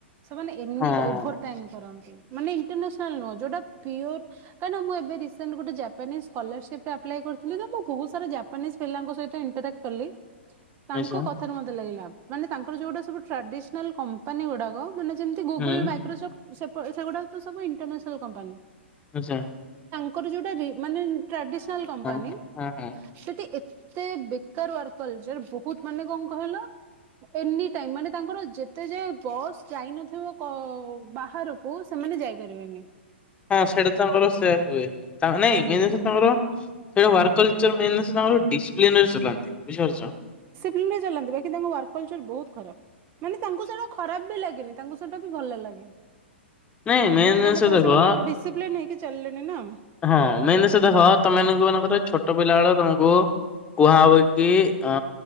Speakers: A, on the right; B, on the left.
A: ସେମାନେ ଏନିଟ୍
B: ହଁ
A: ଓଭର ଟାଇମ୍ କରନ୍ତି। ମାନେ ଇଣ୍ଟରନେସନାଲ ନୁହଁ, ଯୋଉଟା ପିଓର। କାରଣ ମୁଁ ଏବେ ରିସେଣ୍ଟ୍ ଗୋଟେ ଜାପ୍ ଜାପାନରେ ସ୍କଲାରସିପଟା ଆପ୍ଲାଏ କରିଥିଲି ତ, ମୁଁ ବହୁତ ସାରା ଜାପାନିଜ୍ ପିଲାଙ୍କ ସହିତ ଇଣ୍ଟରାକ୍ଟ କଲି ତାଙ୍କ
B: ଆଛା
A: କଥାରୁ ମତେ ଲାଗିଲା ମାନେ ତାଙ୍କର ଯୋଉଟା ସବୁ ଟ୍ରାଡି଼ସନାଲ୍ କମ୍ପାନୀ ଗୁଡ଼ାକ ମାନେ ଯେମିତି ଗୁଗଲ୍
B: ହୁଁ
A: ମାଇକ୍ରୋସଫ୍ଟ୍ ସେପ ସେ ସେଗୁଡ଼ାକ ତ ସବୁ ଇଣ୍ଟରନ୍ୟାସନାଲ୍ କମ୍ପାନୀ।
B: ଆଚ୍ଛା।
A: ଙ୍କର ଯୋଉଟା ରି ମାନେ ଟ୍ରାଡିସନାଲ କମ୍ପାନୀ
B: ହଁ। ହଁ ହଁ
A: ସେଠି ଏତ ଏତେ ବେକାର ୱାର୍କଲଚର ବହୁତ ମାନେ କଣ କହିଲ ଏନି ଟାଇମ୍ ମାନେ ତାଙ୍କର ଯେତେ ଯାଏ ବସ୍ ଯାଇନଥିବ କ ବାହାରକୁ ସେମାନେ ଯାଇପାରିବେନି।
B: ହଁ ସେଇଟା ତାଙ୍କର ସେୟା ହୁଏ ତା ନାଇଁ
A: ହୁଁ
B: ମେନ୍ ସେ ତାଙ୍କର ସେ ୱାର୍କ କଲ୍ଚର ମେନ୍ସ ତାଙ୍କର ଡିସ୍ପଲିନ ସେରା ବୁଝିପାରୁଛ୍।
A: ପିନ୍ର ରେ ଚାଲନ୍ତୁ। ବାକି କିନ୍ତୁ ତାଙ୍କ ୱାର୍କ କଲଚର ବହୁତ ଖରାପ। ମାନେ ତାଙ୍କୁ ସେଇଟା ଖରାପ ବି ଲାଗେନି। ତାଙ୍କୁ ସେଟା ବି ଭଲ ଲାଗେ।
B: ନାଇଁ ମେନ୍ ଜିନିଷ
A: କାହିଁକିନା ତା
B: ଦେଖ।
A: ସେମାନେ ଗୋଟେ ଡିସିପ୍ଲିନ ହେଇକି ଚାଲିଲେଣି ନା ହୁଁ
B: ହଁ ମେନ୍ ଜିନିଷ ଦେଖ। ତମମାନଙ୍କୁ ମାନଙ୍କର ଛୋଟ ପିଲା ବେଳ ତମକୁ କୁହା ହବ କି ଅଁ